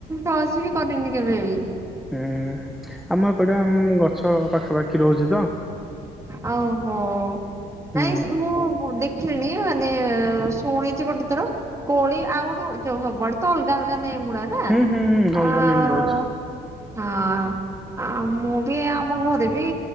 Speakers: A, on the right; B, in the centre.
A: ଟଚ୍ ବି କରିନି କେବେ ବି।
B: ହୁଁ ଆମ ଏପଟେ ଉଁ ଗଛ ପାଖାପାଖି ରହୁଛି ତ।
A: ଆଉ ଓହୋ
B: ହୁଁ
A: ନାଇଁ ସେ ମୁଁ ଦେଖ ମାନେ ଶୁଣିଛି ଗୋଟେ ଥର। କୋଳି ଆଉ ସବଡ ବର୍ତମାନ ଅଲଗା ଅଲଗା ନ ମୁଡ଼ା ନା।
B: ହୁଁ ହୁଁ ହୁଁ ଅଲଗା ନେମ୍ ରହୁଛି
A: ହଁ। ଆ ମୁଁ ବି ଆମ ଘରେ ବି